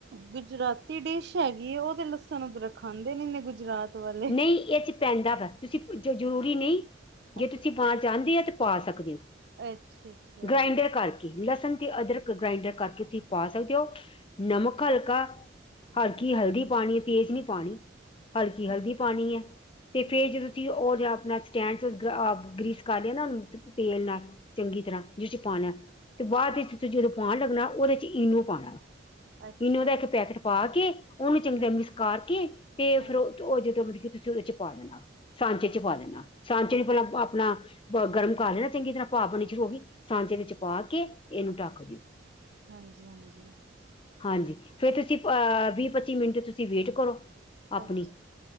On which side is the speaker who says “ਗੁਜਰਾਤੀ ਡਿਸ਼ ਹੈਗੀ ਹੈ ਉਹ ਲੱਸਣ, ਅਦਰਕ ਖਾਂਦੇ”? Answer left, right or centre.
Right